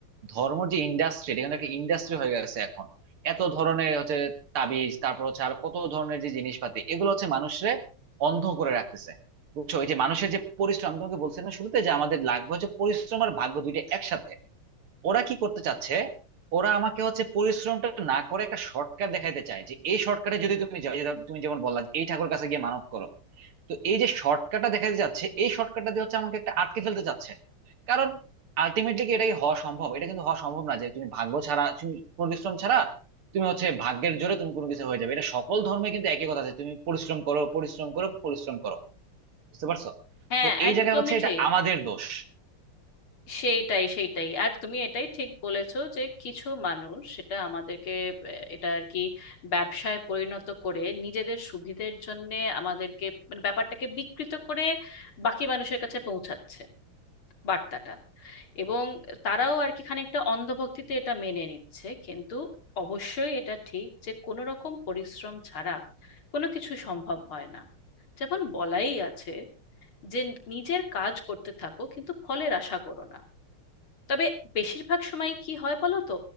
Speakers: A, on the right (about 80°); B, on the left (about 70°).
A: ধর্ম যে ইন্ডাস্ট্রি এটা কিন্তু একটা ইন্ডাস্ট্রি হয়ে গেছে এখন এত ধরনের হচ্ছে তাবিজ তারপর হচ্ছে আর কত ধরনের যে জিনিসপাতি এগুলো হচ্ছে মানুষরে অন্ধ করে রাখতেছে বুঝছো ওই যে মানুষের যে পরিশ্রম আমি তোমাকে বলছি না শুরুতে যে আমাদের লাগবে হচ্ছে পরিশ্রম আর ভাগ্য দুইটা একসাথে ওরা কি করতে চাচ্ছে ওরা আমাকে হচ্ছে পরিশ্রমটা না করে একটা শর্টকাট দেখাইতে চায় যে এই শর্টকাটে যদি তুমি যাও যে তুমি যেমন বললা যে এই ঠাকুর কাছে গিয়ে মানত করো তো এই যে শর্টকাটটা দেখাইতে যাচ্ছে এই শর্টকাটটা দিয়ে হচ্ছে আমাকে একটা আটকে ফেলতে চাচ্ছে কারণ আলটিমেটলি কি এটা কি হওয়া সম্ভব এটা কিন্তু হওয়া সম্ভব না যে তুমি ভাগ্য ছাড়া তুমি পরিশ্রম ছাড়া তুমি হচ্ছে ভাগ্যের জোরে তুমি কোনো কিছু হয়ে যাবে এটা সকল ধর্মে কিন্তু একই কথা আছে তুমি পরিশ্রম করো পরিশ্রম করো পরিশ্রম করো বুঝতে পারছো
B: হ্যাঁ
A: তো এই
B: একদমই
A: জায়গায় হচ্ছে এটা
B: ঠিক
A: আমাদের দোষ
B: সেইটাই সেইটাই আর তুমি এটাই ঠিক বলেছো যে কিছু মানুষ সেটা আমাদেরকে আহ, এটা আর কি ব্যবসায় পরিণত করে নিজেদের সুবিধের জন্য আমাদেরকে মানে ব্যাপারটাকে বিকৃত করে বাকি মানুষের কাছে পৌঁছাচ্ছে বার্তাটা এবং তারাও আর কি খানিকটা অন্ধভক্তিতে এটা মেনে নিচ্ছে কিন্তু অবশ্যই এটা ঠিক যে কোনো রকম পরিশ্রম ছাড়া কোনো কিছু সম্ভব হয় না যেমন বলাই আছে যে নিজের কাজ করতে থাকো কিন্তু ফলের আশা করো না তবে বেশিরভাগ সময় কি হয় বলো তো